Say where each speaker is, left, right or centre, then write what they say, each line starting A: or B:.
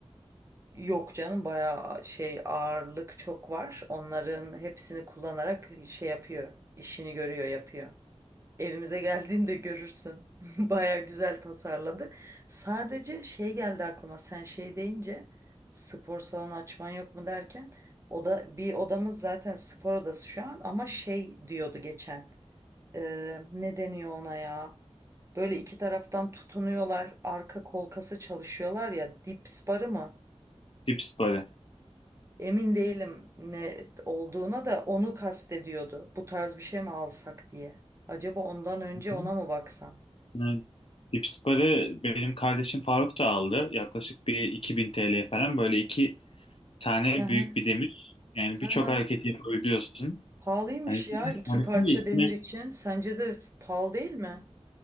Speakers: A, on the right (about 25°); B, on the left (about 60°).
A: Yok canım bayağı şey ağırlık çok var. Onların hepsini kullanarak şey yapıyor. işini görüyor, yapıyor. Evimize geldiğinde görürsün. <laughs> Baya güzel tasarladı. Sadece şey geldi aklıma. Sen şey deyince spor salonu açman yok mu derken o da bir odamız zaten spor odası şu an ama şey diyordu geçen. Ee, ne deniyor ona ya? Böyle iki taraftan tutunuyorlar. Arka kolkası çalışıyorlar ya. Dips barı mı?
B: Dips barı.
A: Emin değilim ne olduğuna da onu kastediyordu. Bu tarz bir şey mi alsak diye. Acaba ondan önce
B: Hı.
A: ona mı baksam?
B: Yani dips barı benim kardeşim Faruk da aldı. Yaklaşık bir 2000 TL falan böyle iki tane
A: Hı hı.
B: büyük bir demir. Yani
A: Hı
B: birçok
A: hı.
B: hareketi yapabiliyorsun.
A: Pahalıymış
B: Hani
A: ya iki
B: Hanef'in
A: parça
B: de içine
A: demir için. Sence de pahalı değil mi?